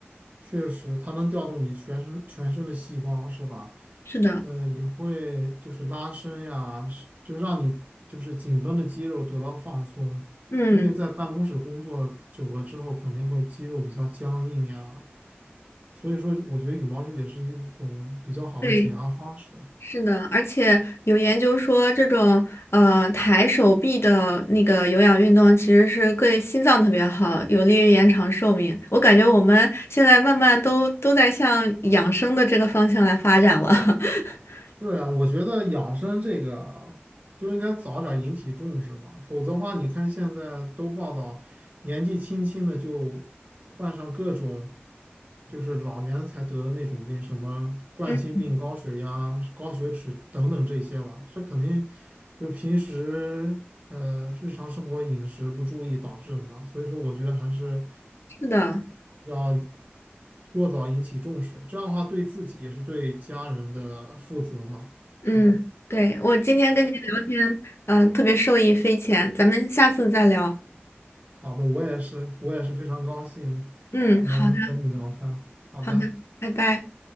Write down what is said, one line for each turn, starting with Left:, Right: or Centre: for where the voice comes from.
Right: 确实，它能调动你全身全身的细胞，是吧？
Left: 是的，
Right: 呃，也会就是拉伸呀，是就让你就是紧绷的肌肉得到放松，
Left: 嗯，
Right: 因为在办公室工作久了之后，肯定会肌肉比较僵硬呀。所以说，我觉得羽毛球也是一种比较好的解压方式。
Left: 对。是的，而且有研究说，这种呃抬手臂的那个有氧运动其实是对心脏特别好，有利于延长寿命。我感觉我们现在慢慢都都在向养生的这个方向来发展了。<laughs>
Right: 对啊，我觉得养生这个。就应该早点引起重视嘛，否则的话，你看现在都报道年纪轻轻的就患上各种就是老年才得的那种病，什么冠心病、
Left: 嗯，
Right: 高血压、高血脂等等这些吧，这肯定就是平时呃日常生活饮食不注意导致的嘛，所以说我觉得还是
Left: 是的，
Right: 要过早引起重视，这样的话对自己也是对家人的负责嘛，
Left: 嗯，
Right: 是吧？
Left: 对，我今天跟你聊天，嗯、特别受益匪浅，咱们下次再聊。
Right: 好的，我也是，我也是非常高兴能和你聊天儿好的，
Left: 嗯，好的，好的，拜拜。